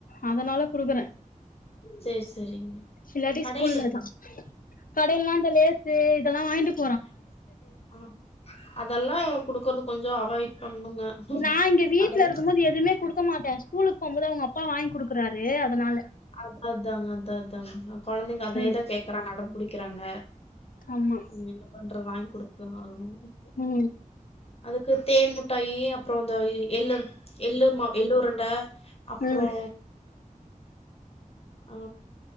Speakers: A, on the left; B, on the left.
A: அதனால குடுக்குறே
B: சரி, சரிங்க.
A: இல்லாட்டி
B: கடையிலயா?
A: ஸ்கூல்லதா கடைய்லா இந்த லேசு இதெல்லா வாய்ன்ட்டு
B: ஆம் அதல்லா குடுக்குற்து கொஞ்சோ அவாய்ட் பண்ணுங்க
A: நான் இங்கே வீட்ல
B: அதெல்லாம்
A: இருக்கும் போத் எதுமே குடுக்க மாட்டே ஸ்கூலுக் போம்போது அவ்ங் அப்பா வாய்ன் குடுக்குறாரு அதனால
B: அத் அத்தாங்க அத்தா அத்தாங்க நா கொழந்தைங்க அதேதா
A: ம்
B: கேக்குறாங்க அடம் புடிக்கிறாங்க
A: ஆமா
B: உ என்ன பண்ற வாய் குடுத் தன ஆகனு
A: ம்
B: அதுக்கு தேன் முட்டாய்யி அப்றோ இந்த எள்ளு எள்ளு மாவு எள்ளுரண்ட அப்றோ
A: ம்
B: ஆ